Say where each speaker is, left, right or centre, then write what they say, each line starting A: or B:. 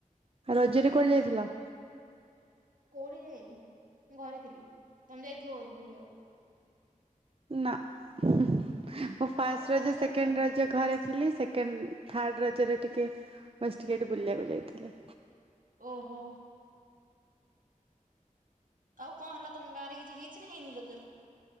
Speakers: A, on the right (about 45°); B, on the right (about 75°).
A: ରଜରେ କୁଆଡେ ଯାଇଥିଲ?
B: କୋଉଠି କି ଯାଇନି ମୁଁ ଘରେ ଥିଲି। ତମେ ଯାଇଥିବ ବୋଧେ ବୁଲି ବାକୁ?
A: ନା ମୁଁ ଫାଷ୍ଟ
B: ଆଉ କଣ
A: ରଜ
B: ବି କରିଥିଲ?
A: ସେକେଣ୍ଡ ର ଯେ ଘରେ ଥିଲି ସେକେଣ୍ଡ ଥାର୍ଡ଼ ରଜରେ ଟିକିଏ ବସ୍ ଟିକେ ଏଠି ବୁଲିବାକୁ ଯାଇଥିଲି।
B: ଓହୋ। ଆଉ କଣ ହେଲା ତମ ଗାଁରେ କିଛି ହେଇଚି ନା ହେଇନି ରଜରେ?